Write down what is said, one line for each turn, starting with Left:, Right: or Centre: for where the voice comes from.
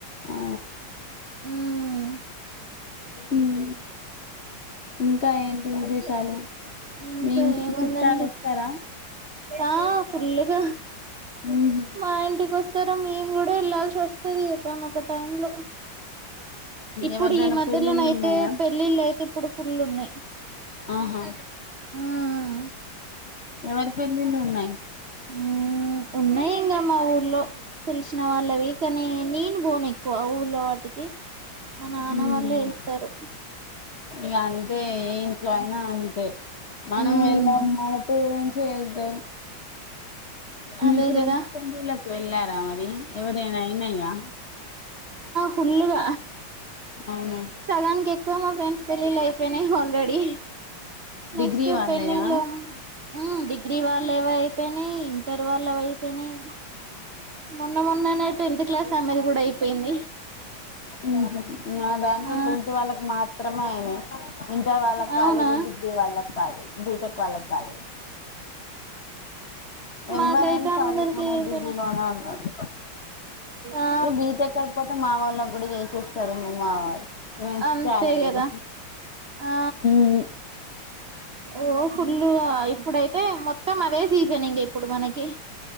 Left: ఆ
Right: మ్
Left: మ్ ఇంకా ఏంటి విశేషాలు
Right: ఇంకా
Left: మీ ఇంటికి
Right: ఏముందండి
Left: చుట్టాల్ వస్తర
Right: ఆ ఫుల్ గా
Left: ఉహు
Right: మా ఇంటికొస్ స్తర మేం గుడా ఎళ్లాల్సి వస్తది ఒక నొక టైమ్లో ఇప్పుడు
Left: ఎవరిదైనా
Right: ఈ మధ్యలనైతే
Left: పెళ్ళిళ్ళు ఉన్నాయా
Right: పెళ్లిల్లైయితే ఫుల్ ఉన్నయ్
Left: ఆహా
Right: మ్ మ్
Left: ఎవరి పెళ్ళిళ్ళు ఉన్నాయి
Right: మ్ ఉన్నయి ఇంగ మా ఊర్లో తెల్సిన వాళ్ళవి కనీ నేను పోను ఎక్కువ ఊ ర్లో వాటికి మా
Left: ఉహు
Right: నాన్న వాళ్ళే ఎళ్తరు.
Left: ఇగ అంతే ఏ ఇంట్లో అయినా అంతే మనం
Right: ఉమ్
Left: వెళ్లం మన పేరెంట్స్
Right: అదే
Left: మీ ఫ్రెండ్స్
Right: కదా
Left: పెండ్లిలకు వెళ్ళా రా మరీ ఎవరియైన అయినయా
Right: ఫుల్ గ
Left: అవునా
Right: సగాన్క్ ఎక్కువ మా ఫ్రెండ్స్ పెళ్ళిళ్ళు అయిపోయినయి ఆల్రెడీ నెక్స్ట్
Left: డిగ్రీ వాళ్ళయా
Right: పెంగ్లోను మ్ డిగ్రీ వాల్ ళ్ళవి అయిపోయినయి, ఇంటర్ వాళ్ళవైపోయినయి మొన్న మొన్ననే టెన్త్ క్లాస్ ఆమెది గుడా అయిపోయింది.
Left: మ్ హ్ మా దాంట్లో
Right: ఆ
Left: టెన్త్ వాళ్ళకు మాత్రమే అయినయి. ఇంటర్ వాళ్ళక్
Right: అవునా
Left: కాలేదు, డిగ్రీ వాళ్ళక్ కాలే, బీటెక్ వాళ్ళక్ కాలేదు.
Right: మాకైతే
Left: ఎవ్వరేం చదుకునే
Right: అందరికి అయిపోయినాయి
Left: బిజీలోనే ఉన్నర్
Right: ఆ
Left: ఇగ బీటెక్ అయిపోతే మా వాళ్ళక్ గుడా చే చేస్తారని మా వాల్
Right: అంతే
Left: చాలా మంది
Right: కదా ఆ
Left: మ్
Right: ఓ ఫుల్గా ఇప్పుడైతే మొత్తం అదే సీజన్ ఇంగ ఇప్పుడు మనకి